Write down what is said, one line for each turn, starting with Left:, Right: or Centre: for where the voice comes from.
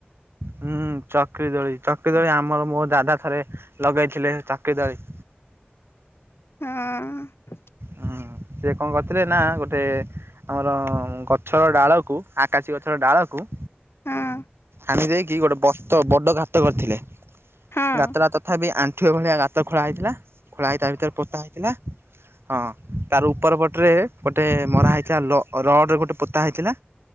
Right: ହୁଁ ଚକ୍ରି ଦୋଳି ଚକ୍ରିଦୋଳି ଆମର ମୋ ଦାଦା ଥରେ ଲଗେଇଥିଲେ ଚକ୍ରି ଦୋଳି।
Left: ହଁ।
Right: ହୁଁ ସିଏ କଣ କରିଥିଲେ ନା ଗୋଟେ। ଆମର ଗଛର ଡାଳକୁ ଆକାଶୀ ଗଛର ଡାଳକୁ।
Left: ହଁ।
Right: ଆଣି ଦେଇକି ଗୋଟେ ବତ ବଡ଼ ଗାତ କରିଥିଲେ
Left: ହଁ
Right: ଗାତଟା ତଥାପି ଆ ଠିଏ ଭଳିଆ ଗାତ ଖୋଳା ହେଇଥିଲା ଖୋଳା ହେଇ ତା ଭିତରେ ପୋତା ହେଇଥିଲା। ହଁ ତାର ଉପର ପଟରେ ଗୋଟେ ମରା ହେଇଥିଲା ଲ ରଡ ଗୋଟେ ପୋତା ହେଇଥିଲା।